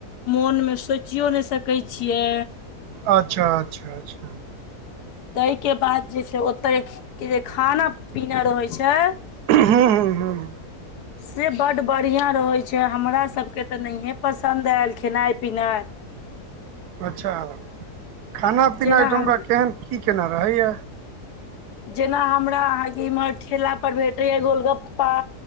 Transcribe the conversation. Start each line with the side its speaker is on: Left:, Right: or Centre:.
Left: मोन में सोइचियो ने सकै छियै
Right: अच्छा-अच्छा-अच्छा
Left: तै के बाद जे छै ओत्तय कि जे खाना पीना रहे छै।
Right: हूं- हूं-हूं्हूं
Left: से बड बढ़िया रहै छै, हमरा सबके त नैंहें पसन्द एल खेनाय- पिनाय। <unintelligible>
Right: अच्छा, खाना-पीना
Left: जेना
Right: ऐ ठमका
Left: हम
Right: केहन की-केना रहैये?
Left: जेना हमरा अहाँके इमहर ठेला पर भेटैये गोलगप्पा